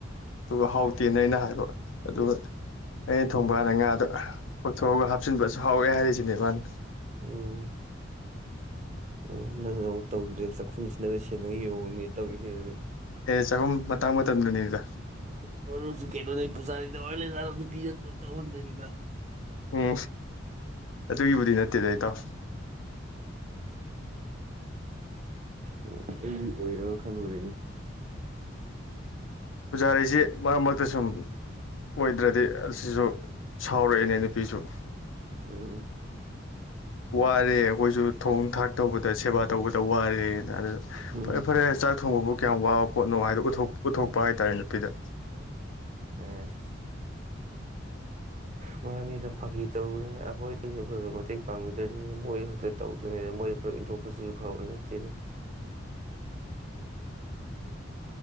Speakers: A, on the left; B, on the right.
A: ꯗꯨꯒ ꯍꯥꯎꯇꯦꯅ
B: ꯎꯝ
A: ꯑꯩꯅ ꯍꯥꯏꯕ ꯑꯗꯨꯒ ꯑꯩꯅ ꯊꯣꯡꯕ ꯀꯥꯟꯗ ꯉꯥꯗꯣ ꯄꯛꯊꯣꯛꯑꯒ ꯍꯥꯞꯆꯤꯟꯕ ꯁ ꯍꯥꯎꯋꯦ ꯍꯥꯏꯔꯤꯁꯤꯅꯦ ꯃꯥꯅ
B: ꯎꯝ ꯑꯣ ꯅꯪꯅ ꯑꯃꯨꯛ ꯇꯧꯖꯤꯜꯂꯦ ꯆꯥꯛꯈꯨꯝꯁꯤ ꯅ ꯁꯦꯟꯅꯒꯤꯕ ꯃꯑꯣꯡꯅꯦ ꯇꯧꯔꯤꯁꯦꯗꯤ
A: ꯑꯦ ꯆꯥꯛꯈꯨꯝ ꯃꯇꯥꯡ ꯃꯇꯝꯗꯨꯅꯤꯗ
B: ꯃꯔꯨꯞꯁꯦ ꯀꯩꯅꯣꯅꯦ ꯄꯨꯖꯔꯥꯗ ꯑꯣꯏ ꯂꯩꯖꯠꯂꯣ ꯅꯨꯄꯤꯗ ꯑꯨꯟ ꯇꯩꯍꯟꯗꯕꯤꯗ
A: ꯎꯝ ꯑꯗꯨꯒꯤꯕꯨꯗꯤ ꯅꯠꯇꯦꯗ ꯏꯇꯥꯎ
B: ꯑꯣ ꯑꯩꯗꯤ ꯑꯣꯏꯔꯕ ꯈꯜꯔꯨꯔꯦꯍꯦ
A: ꯄꯨꯖꯥꯔꯤꯖꯦ ꯃꯔꯛ ꯃꯔꯛꯇ ꯁꯨꯝ ꯑꯣꯏꯗ꯭ꯔꯗꯤ ꯑꯁꯤꯖꯨ ꯁꯥꯎꯔꯛꯏꯅꯦ ꯅꯨꯄꯤꯁꯨ
B: ꯎꯝ ꯎꯝ
A: ꯋꯥꯔꯦ ꯑꯈꯣꯏꯁꯨ ꯊꯣꯡ ꯊꯥꯛ ꯇꯧꯕꯗ ꯁꯦꯕꯥ ꯇꯧꯕꯗ ꯋꯥꯔꯦꯅ ꯑꯗꯨ
B: ꯎꯝ
A: ꯐꯔꯦ ꯐꯔꯦ ꯆꯥꯛ ꯊꯣꯡꯕꯕꯨ ꯀꯌꯥꯝ ꯋꯥꯕ ꯄꯣꯠꯅꯣ ꯍꯥꯏꯗꯣ ꯎꯊꯣꯛ ꯎꯊꯣꯛ ꯄꯥ ꯍꯥꯏꯇꯥꯔꯦ ꯅꯨꯄꯤꯗ
B: ꯑ ꯍ ꯃꯅꯤꯗ ꯐꯥꯒꯤ ꯇꯧꯕꯅꯦ ꯑꯈꯣꯏꯗꯁꯨ ꯈꯔ ꯈꯔ ꯃꯇꯦꯡ ꯄꯥꯡꯕꯤꯗꯔꯤꯅꯦ ꯃꯣꯏ ꯍꯨꯠꯇ ꯇꯧꯗꯣꯏꯅꯦ ꯃꯣꯏ ꯄꯨꯂꯞ ꯏꯟꯊꯣꯛꯄꯁꯤꯁꯨ ꯐꯕ ꯅꯠꯇꯦꯅ